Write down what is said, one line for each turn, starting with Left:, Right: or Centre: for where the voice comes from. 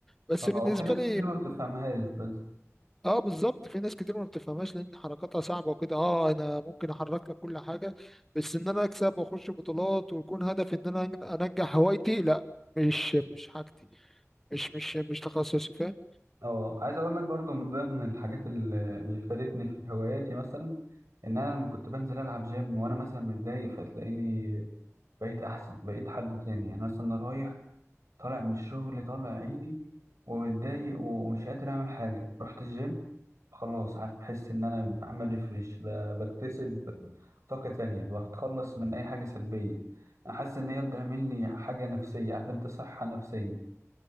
Centre: بس
Right: آه
Centre: بالنسبه
Right: وفي ناس
Centre: لي
Right: كتير ما بتفهمهاش بس
Centre: اه بالظبط في ناس كتير ما بتفهمهاش لان حركاتها صعبه وكده اه انا ممكن احرك لك كل حاجه بس ان انا اكسب واخش بطولات ويكون هدفي ان انا انجح هوايتي لا مش مش حاجتي مش مش مش تخصصي فاهم
Right: اه عايز اقول لك برضو من ضمن الحاجات اللي اللي فادتني في هواياتي مثلا ان انا لما كنت بنزل العب جيم وانا مثلا متضايق فتلاقيني بقيت احسن بقيت حد تاني يعني مثلا أنا رايح طالع من الشغل طالع عيني ومتضايق ومش قادر اعمل حاجه رحت الجيم خلاص عارف بحس ان انا بعمل ريفريش بكتسب طاقه تانية بتخلص من اي حاجه سلبيه انا حاسس ان هي بتعمل لي حاجه نفسيه عارف انت صحه نفسيه